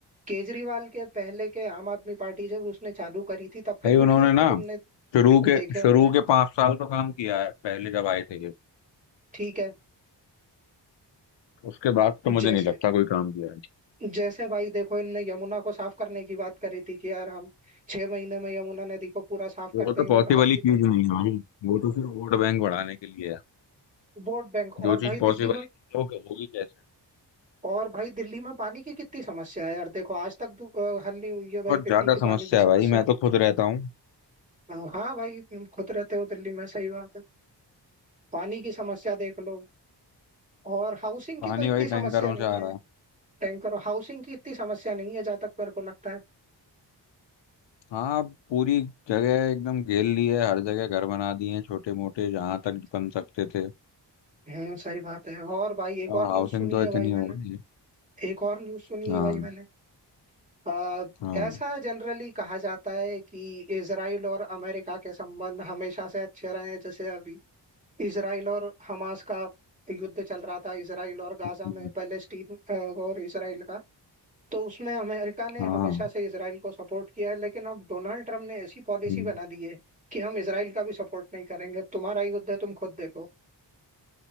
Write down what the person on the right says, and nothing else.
केजरीवाल के पहले के आम आदमी पार्टी जब उसने चालू करी थी तब के
वीडियोस
भी
तुमने
देखे
होंगे
ठीक है
जैसे
जैसे भाई देखो इनने यमुना को साफ करने की बात करी थी कि यार हम छह महीने में यमुना नदी को पूरा साफ
कर
देंगे
और आज की
तारीख
वोट बैंक
और
भाई
दिल्ली में
और भाई दिल्ली में पानी की कितनी समस्या है यार देखो आज तक दु- अ, हल नहीं हुई है भाई
दिल्ली
की
पानी की समस्या
अ, हाँ भाई तुम खुद रहते हो दिल्ली में सही बात है पानी की समस्या देख लो और हाउसिंग
की तो इतनी
समस्या
नहीं
है
टैंक करो हाउसिंग की इतनी समस्या नहीं है जहां तक मेरे को लगता है
ठीक।
हम्म सही बात है और भाई एक
और न्यूज़
सुनी
है
भाई मैंने
एक और न्यूज़ सुनी
है भाई मैंने आ,
ऐसा जनरली कहा जाता है कि इसराइल और अमेरिका के संबंध हमेशा से अच्छे रहे हैं जैसे अभी इसराइल और हमास का युद्ध चल रहा था इसराइल और गाजा
में पैलेस्टीन अ, और इसराइल का तो उसमें अमेरिका ने
हमेशा से इसराइल को सपोर्ट किया है लेकिन अब डोनाल्ड ट्रम्प ने ऐसी पॉलिसी
बना दी है कि हम इसराइल का भी सपोर्ट नहीं करेंगे अब तुम्हारा ही युद्ध है तुम खुद देखो